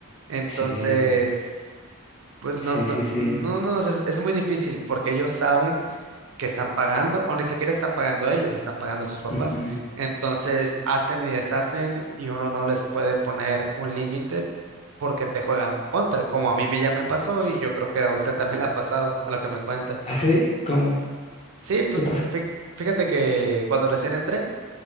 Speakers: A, on the right (about 65°); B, on the left (about 30°).
A: Entonces,
B: sí,
A: pues no,
B: sí,
A: no,
B: sí, sí.
A: no, no, no, es, es muy difícil porque ellos saben que están pagando, o ni siquiera están pagando ellos, están pagando a sus papás.
B: Ujú.
A: Entonces hacen y deshacen y uno no les puede poner un límite porque te juegan contra, como a mí me ya me pasó y yo creo que a usted también le ha pasado, a lo que me cuenta.
B: ¿Ah, sí? ¿Cómo?
A: Sí, pues
B: ¿Qué pasa?
A: fí- fíjate que cuando recién entré,